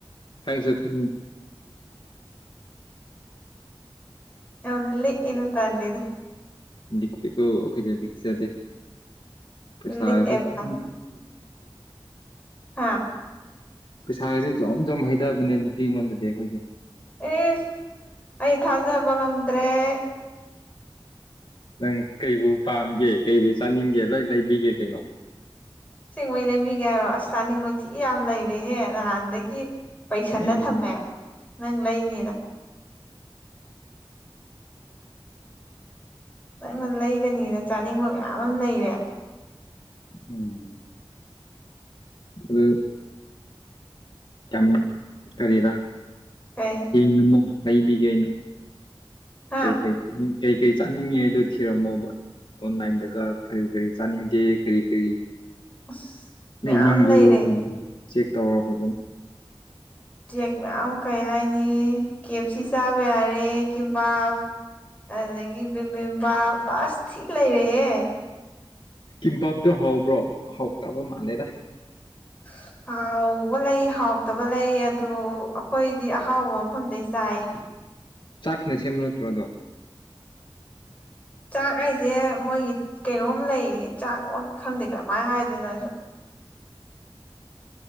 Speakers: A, on the left (about 60°); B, on the left (about 15°).
A: ꯈꯪꯁꯨ ꯈ
B: ꯌ ꯂꯩ ꯏꯅ ꯇ ꯂꯩꯗ
A: ꯗꯇꯀꯣ ꯑꯣꯈꯩꯁꯗꯦ ꯄꯩꯁꯥꯁꯦ
B: ꯂꯤꯛꯑꯦꯕ
A: ꯇ
B: ꯑꯥ
A: ꯄꯩꯁꯥꯁꯦ ꯖꯣꯝ ꯖꯣꯝ ꯍꯩꯊꯕꯅꯦ ꯅꯨꯄꯤ ꯑꯩꯉꯣꯟꯗꯗꯤ ꯑꯩꯈꯣꯏꯗꯤ
B: ꯑꯦꯁ ꯑꯩ ꯊꯥꯖꯕ ꯉꯝꯗ꯭ꯔꯦ <unintelligible>
A: ꯅꯪ ꯀꯨ ꯄꯥꯝꯒꯦ ꯀꯨ ꯆꯥꯅꯤꯡꯒꯦ ꯂꯣꯏ ꯂꯩꯕꯤꯒꯦ ꯀꯩꯅꯣ
B: ꯁꯦꯡꯉꯩ ꯂꯩꯕꯤꯒꯦ ꯍꯥꯏꯔꯣ ꯑꯁ ꯆꯥꯅꯤꯡꯕ ꯊꯤ ꯌꯥꯝ ꯂꯩꯔꯦꯍꯦ ꯅꯍꯥꯟꯗꯒꯤ ꯄꯩꯁꯜꯂ
A: ꯑꯁꯦꯡꯕꯩꯅꯦ
B: ꯊꯝꯃꯦ ꯅꯪ ꯂꯩꯅꯤꯅ ꯅꯪꯅ ꯂꯩꯒꯅꯤꯅ ꯆꯥꯅꯤꯡꯕ ꯃꯌꯥꯝ ꯑꯃ ꯂꯩꯔꯦ
A: ꯎꯝ ꯑꯗ ꯌꯥꯝ ꯀꯔꯤꯔ
B: ꯀꯩ
A: ꯌꯦꯡ ꯂꯩꯕꯤꯒꯦ ꯑꯩꯅ
B: ꯍꯥ
A: ꯀꯩ ꯀꯩ ꯀꯩ ꯀꯔꯤ ꯆꯥꯅꯤꯡꯉꯦ ꯍꯥꯏꯗꯣ ꯊꯤꯔꯝꯃꯣꯕ ꯑꯣꯟꯂꯥꯏꯟꯗꯒ ꯀꯔꯤ ꯀꯔꯤ ꯆꯥꯅꯤꯡꯒꯦ ꯀꯔꯤ ꯀꯔꯤ
B: ꯑꯁ ꯃꯌꯥꯝ
A: ꯅꯗꯨ
B: ꯂꯩꯔꯦ
A: ꯆꯦꯛ ꯇꯧ ꯐ
B: ꯆꯦꯛ ꯃꯌꯥꯝ ꯑꯃ ꯀꯩ ꯍꯥꯏꯅꯤ ꯀꯦ ꯑꯦꯞ ꯁꯤ ꯆꯥꯕ ꯌꯥꯔꯦ ꯀꯕꯥ ꯑꯗꯨꯗꯒꯤ ꯕꯤꯝꯕꯤꯦꯝꯕꯥꯁꯊꯤ ꯂꯩꯔꯦꯍꯦ
A: ꯀꯤꯝ ꯄꯞꯇꯣ ꯍꯕ꯭ꯔꯣ ꯍꯧꯥꯎ ꯇꯕ ꯃꯥꯜꯂꯦꯗ
B: <inaudible> ꯍꯥꯎꯕ ꯂꯩ ꯍꯥꯎꯇꯕ ꯂꯩ ꯑꯗꯨ ꯑꯩꯈꯣꯏꯗꯤ ꯑꯍꯥꯎꯕ ꯃꯐꯝꯗ ꯆꯥꯏ
A: ꯆꯥꯛꯅꯦ ꯁꯤꯃꯅꯇ꯭ꯔꯗ
B: ꯆꯥꯛ ꯑꯩꯁꯦ ꯃꯣꯏꯒꯤ ꯀꯩꯅꯣꯝ ꯂꯩꯌꯦ ꯆꯥꯛ ꯈꯪꯗꯦ ꯀꯃꯥꯏꯅ ꯍꯥꯏꯗꯣꯏꯅꯣꯁꯨ